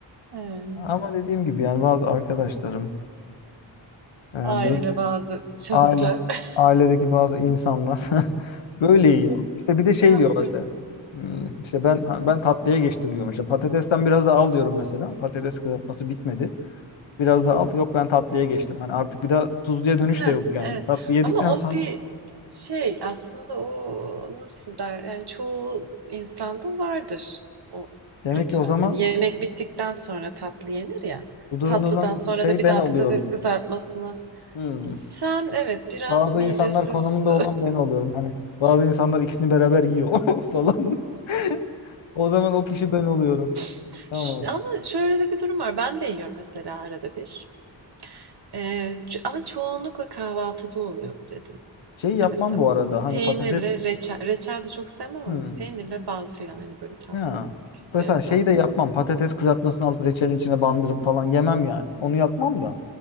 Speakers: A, on the right; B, on the left.
A: Eee,
B: Ama dediğim gibi yani bazı arkadaşlarım e,
A: ailede
B: böyle
A: bazı şahıslar.
B: Aile,
A: <laughs>
B: ailedeki bazı insanlar <laughs> böyle yiyor. İşte bir de şey
A: Ya,
B: diyorlar
A: evet.
B: işte. "Hmm, işte ben ben tatlıya geçtim diyorum. İşte patatesten biraz daha al diyorum mesela. Patates kızartması bitmedi. Biraz daha al. Yok ben tatlıya geçtim. Hani artık bir daha tuzluya dönüş
A: Heh,
B: de yok yani.
A: evet.
B: Tatlı yedikten
A: Ama
B: sonra
A: o bir şey aslında o nasıl der yani çoğu insanda vardır o
B: demek
A: ritüel.
B: ki o zaman
A: Hani yemek bittikten sonra tatlı yenir ya.
B: bu durumda
A: Tatlıdan
B: olan
A: sonra
B: şey
A: da bir
B: ben
A: daha
B: oluyorum.
A: patates kızartmasını.
B: Hmm.
A: Sen evet biraz
B: Bazı
A: midesiz
B: insanlar konumunda olan ben oluyorum. Hani bazı insanlar ikisini beraber yiyor <laughs> falan. <laughs> O zaman o kişi ben oluyorum.
A: <laughs>
B: Tamam.
A: Ş- ama şöyle de bir durum var. Ben de yiyorum mesela arada bir. Ee, ç- ama çoğunlukla kahvaltıda oluyor bu dediğim.
B: Şey yapmam
A: Ya mesela
B: bu arada. Hani
A: peynirle
B: patates
A: reçel, reçel de çok sevmem ama
B: Hmm.
A: peynirle bal filan hani böyle tatlı
B: Ha.
A: ikisi
B: Mesela
A: bir arada
B: şeyi
A: onların.
B: de yapmam. Patates kızartmasını alıp reçelin içine bandırıp falan yemem yani. Onu yapmam da.